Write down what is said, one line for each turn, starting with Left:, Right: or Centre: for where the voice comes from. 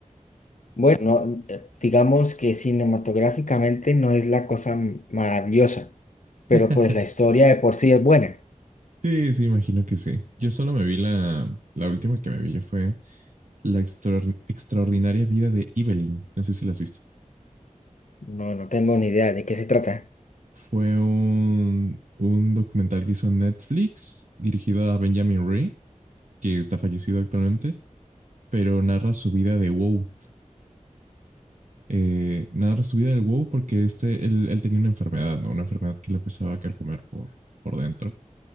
Left: Bueno, no, eh, digamos que cinematográficamente no es la cosa m- maravillosa,
Right: <laughs>
Left: pero pues la historia de por sí es buena.
Right: Sí, sí, imagino que sí. Yo solo me vi la, la última que me vi, ya fue La extraor- extraordinaria vida de Evelyn. No sé si la has visto.
Left: No, no tengo ni idea de qué se trata.
Right: Fue un, un documental que hizo Netflix dirigido a Benjamin Ree, que está fallecido actualmente, pero narra su vida de WoW. Eh, narra su vida del WoW porque este, él, él tenía una enfermedad, ¿no? Una enfermedad que le empezaba a carcomer por, por dentro.